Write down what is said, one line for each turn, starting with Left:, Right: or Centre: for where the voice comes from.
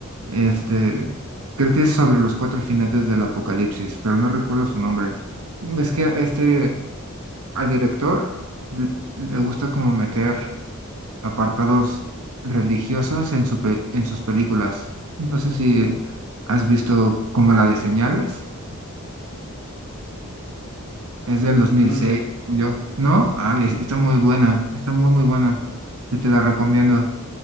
Right: Este, creo que es sobre los cuatro jinetes del apocalipsis, pero no recuerdo su nombre. Es que este, al director l- le gusta como meter apartados religiosos en su pe- en sus películas. No sé si has visto como la de Señales. Es del 2006,
Left: No, no lo he
Right: como yo. ¿No? Ay, es- está muy buena, está muy, muy buena. Yo te la recomiendo.